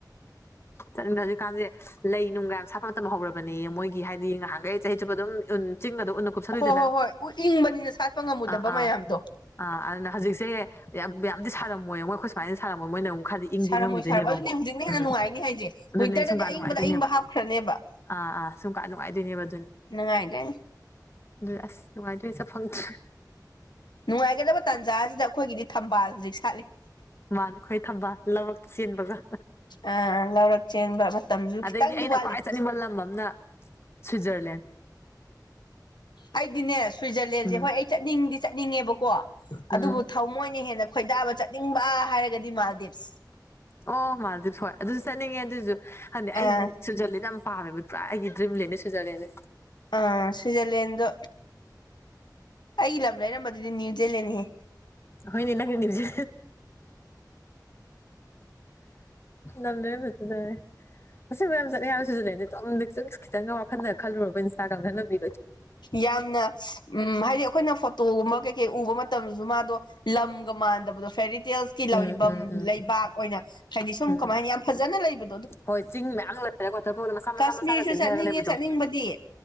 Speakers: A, on the left; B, on the left.
A: ꯆꯠꯅꯤꯡꯅ ꯍꯧꯖꯤꯛꯀꯥꯟꯁꯦ ꯂꯩ ꯅꯨꯡꯒ ꯌꯥꯝ ꯁꯥꯠꯄ ꯃꯇꯝ ꯍꯧꯔꯕꯅꯦ ꯃꯣꯏꯒꯤ ꯍꯥꯏꯗꯤ ꯉꯍꯥꯟꯈꯩ ꯆꯍꯤ ꯆꯨꯞꯄ ꯑꯗꯨꯝ ꯎ ꯆꯤꯡꯒ ꯑꯗꯨꯝ ꯎ ꯀꯨꯞꯁꯔꯨꯏꯗꯅ
B: ꯍꯣꯏ ꯍꯣꯏ ꯍꯣꯏ ꯏꯪꯕꯅꯤꯅ ꯁꯥꯠꯄ ꯉꯝꯃꯨꯗꯕ
A: ꯑꯥ ꯑꯥ
B: ꯃꯌꯥꯝꯗꯣ
A: ꯑꯥ ꯑꯗꯨꯅ ꯍꯧꯖꯤꯛꯁꯦ ꯌꯥꯝ ꯌꯥꯝꯅꯗꯤ ꯁꯥꯔꯝꯃꯣꯏ ꯃꯣꯏꯈꯣꯏ ꯁꯃꯥꯏꯅ ꯁꯥꯔꯝꯃꯣꯏ ꯃꯣꯏꯅꯨꯛ ꯈꯔꯗꯤ ꯏꯪꯗꯤ
B: ꯁꯥꯔꯝꯃꯣꯏ
A: ꯉꯝꯈꯤꯗꯣꯏꯅꯦꯕ
B: ꯁꯥꯔꯝꯃꯣꯏ
A: ꯑꯃꯨꯛ
B: ꯑꯗꯨꯅꯦ ꯍꯧꯖꯤꯛꯅ ꯍꯦꯟꯅ
A: ꯎꯝ
B: ꯅꯨꯡꯉꯥꯏꯅꯤ ꯍꯥꯏꯁꯦ
A: ꯑꯗꯨꯅꯦ
B: ꯋꯤꯟꯇꯔꯗꯗꯤ
A: ꯁꯨꯝꯀ
B: ꯑꯌꯤꯡꯕꯗ
A: ꯅꯨꯡꯉꯥꯏꯗꯣꯏꯅꯦꯕ
B: ꯑꯌꯤꯡꯕ ꯍꯥꯞꯈ꯭ꯔꯅꯦꯕ
A: ꯑꯥ ꯑꯥ ꯁꯨꯡꯀ ꯅꯨꯡꯉꯥꯏꯗꯣꯏꯅꯦꯕ ꯑꯗꯨꯅꯤ
B: ꯅꯨꯡꯉꯥꯏꯗꯣꯏꯅꯤ
A: ꯂꯥꯁ ꯅꯅꯨꯡꯉꯥꯏꯖ ꯆꯐꯣꯡ ꯀ
B: ꯅꯨꯡꯉꯥꯏꯒꯗꯕ ꯇꯥꯟꯖꯥꯁꯤꯗ ꯑꯩꯈꯣꯏꯒꯤꯗꯤ ꯊꯝꯕꯥꯜ ꯍꯧꯖꯤꯛ ꯁꯥꯠꯂꯤ
A: ꯃꯥꯅ ꯈꯣꯏ ꯊꯝꯕ ꯂꯧꯔꯛꯇ ꯆꯦꯟꯕꯒ
B: ꯑ ꯂꯧꯔꯛ ꯆꯦꯟꯕ ꯃꯇꯝꯁꯨ ꯈꯤꯇꯪꯗꯤ
A: ꯑꯗꯒꯤ ꯑꯩꯅ
B: ꯋꯥꯠꯂꯤ
A: ꯈ꯭ꯋꯥꯏ ꯆꯠꯅꯤꯡꯕ ꯂꯝ ꯑꯃꯅ ꯁ꯭ꯋꯤꯠꯖꯔꯂꯦꯟ
B: ꯑꯩꯗꯤꯅꯦ ꯁ꯭ꯋꯤꯖꯔꯂꯦꯟꯁꯦ
A: ꯎꯝ
B: ꯍꯣꯏ ꯑꯩ ꯆꯠꯅꯤꯡꯗꯤ ꯆꯠꯅꯤꯡꯉꯦꯕꯀꯣ
A: ꯎꯝ
B: ꯑꯗꯨꯕꯨ ꯊꯃꯣꯏꯅ ꯍꯦꯟꯅ ꯈꯣꯏꯗꯥꯕ ꯆꯠꯅꯤꯡꯕ ꯍꯥꯏꯔꯒꯗꯤ ꯃꯥꯜꯗꯤꯞꯁ
A: ꯑꯣ ꯃꯥꯜꯗꯤꯞ ꯍꯣꯏ ꯑꯗꯨꯁꯨ ꯆꯠꯅꯤꯡꯉꯦ ꯑꯗꯨꯁꯨ ꯍꯗꯤ
B: ꯑꯥ
A: ꯑꯩ ꯁ꯭ꯋꯤꯖꯔꯂꯦꯟꯗ ꯌꯥꯝ ꯄꯥꯝꯃꯦꯕ ꯄꯨꯔꯥ ꯑꯩꯒꯤ ꯗ꯭ꯔꯤꯝ ꯂꯩꯅꯦ ꯁ꯭ꯋꯤꯖꯔꯂꯦꯟꯁꯦ
B: ꯑꯥ ꯁ꯭ꯋꯖꯔꯂꯗ ꯑꯩꯒꯤ ꯂꯝ ꯂꯩꯔꯝꯕꯗꯨꯗꯤ ꯅ꯭ꯌꯨ ꯂꯦꯟꯅꯤ
A: ꯍꯣꯏꯅꯦ ꯅ ꯅꯤꯡꯖꯦ ꯂꯝ ꯂꯩꯕꯗꯨꯗꯔꯦ ꯑꯁꯤ ꯃꯌꯥꯝ ꯆꯠꯂ ꯍꯥꯏꯕꯁꯤꯁꯨ ꯂꯩꯗꯤ ꯑꯗꯨꯝꯛꯆꯨꯝꯁ ꯈꯤꯇꯪꯒ ꯋꯥꯈꯜꯗ ꯈꯜꯂꯨꯔꯕ ꯏꯟꯁꯇꯥꯒ꯭ꯔꯥꯝ ꯈꯟꯅꯅꯕꯤ
B: ꯌꯥꯝꯅ ꯎꯝ ꯍꯥꯏꯗꯤ ꯑꯩꯈꯣꯏꯅ ꯐꯣꯇꯣꯒꯨꯝꯕ ꯀꯩ ꯀꯩ ꯎꯕ ꯃꯇꯝ ꯃꯇꯝꯗꯨꯁꯨ ꯃꯥꯗꯣ ꯂꯝꯒ ꯃꯥꯟꯗꯕꯗꯣ ꯐꯦꯔꯤ ꯍꯇꯦꯜꯁꯀꯤꯐꯝ
A: ꯎꯝ ꯎꯝ ꯎꯝ
B: ꯂꯩꯕꯥꯛ ꯑꯣꯏꯅ ꯍꯥꯏꯗꯤ ꯁꯨꯝ
A: ꯎꯝ
B: ꯀꯃꯥꯏꯅ ꯌꯥꯝ ꯐꯖꯅ ꯂꯩꯕ
A: ꯍꯣꯏ ꯆꯤꯡ ꯃꯌꯥꯝ ꯂꯩꯔꯒ ꯀꯊꯔꯄ ꯃꯆꯥ ꯃꯆꯥ
B: ꯀꯥꯁꯃꯤꯔꯁꯨ
A: ꯃꯆꯥꯒ ꯆꯤꯟꯊꯔꯒ
B: ꯆꯠꯅꯤꯡꯉꯦ
A: ꯂꯩꯕꯗꯣ
B: ꯆꯠꯅꯤꯡꯕꯗꯤ